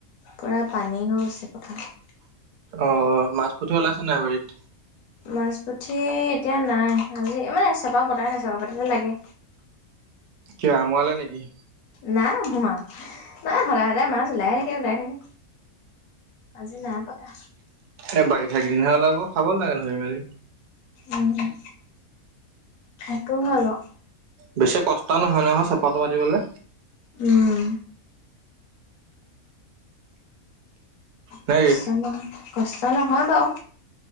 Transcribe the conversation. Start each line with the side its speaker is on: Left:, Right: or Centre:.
Left: পূৰা পানী হৈ গৈছে পথাৰত।
Right: অ, মাছ পুঠি ওলাইছে নাই বাৰীত?
Left: মাছ পুঠি এতিয়া নাই, আজি ই মানে চেপা পতাই নাই চেপা পাতিলে লাগে।
Right: কিয় আমোৱালে নেকি?
Left: নাই হোৱা, নাই সদায় সদায় মাছ ওলাই থাকে ওলাই থাকে। আজি নাই পতা।
Right: এ বাৰিষা কেইদিনহে ওলাব খাব লাগে ধৰি মেলি।
Left: উম উম সেইটো হয় বাৰু।
Right: বেছি কষ্ট নহয় নহয় চেপাটো পাতিবলে।
Left: উম
Right: নে
Left: কষ্ট
Right: কি
Left: নহয় কষ্ট নহয় বাৰু।